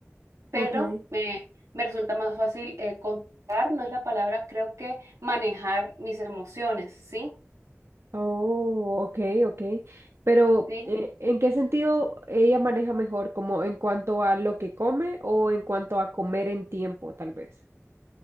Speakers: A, on the right; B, on the right.
A: pero
B: Ok.
A: me, me resulta más fácil eh, contar, no es la palabra, creo que manejar mis emociones, ¿sí?
B: Oh, ok, ok. Pero,
A: ¿Sí?
B: eh, ¿en qué sentido ella maneja mejor? ¿Como en cuanto a lo que come o en cuanto a comer en tiempo, tal vez?